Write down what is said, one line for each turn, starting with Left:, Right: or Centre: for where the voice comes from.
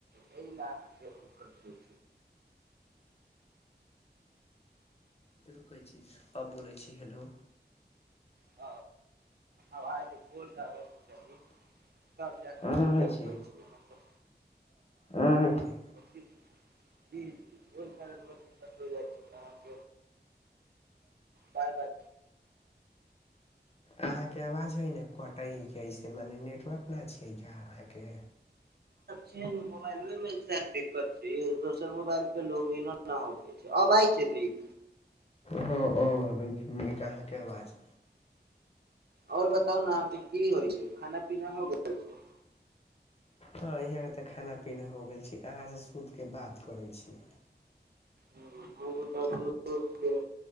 Right: छै लाँ प कर कर
Left: रुकै छी आब बोलै छी हैेलो।
Right: हँ। आवाज बोलडबै के चाही त जाक
Left: आब आबै
Right: ले
Left: छै
Right: छैल।
Left: आबै छै
Right: फिर जी जी ओहि कारण दिक्कत हो जाइ छै त अहाँके बार बार
Left: अहाँके आवाज हइ ने कटै हइसे मने नेटवर्क नहि छियै क्या अहाँके।
Right: छै ने मोबाइलो मे दिक्कत छै दोसर मोबाइल पे लोग हो छै अबइ छै नीक।
Left: हां अब आबैई छे निक। कहाँके आवाज
Right: आओर बताउ ने अहाँके की होइ छै खाना पीना हो गेल छै।
Left: हँ यहाँके तऽ खाना पीना हो गेल छी अहाँ से सुत के बात करै छी।
Right: ह हमऽ दस्त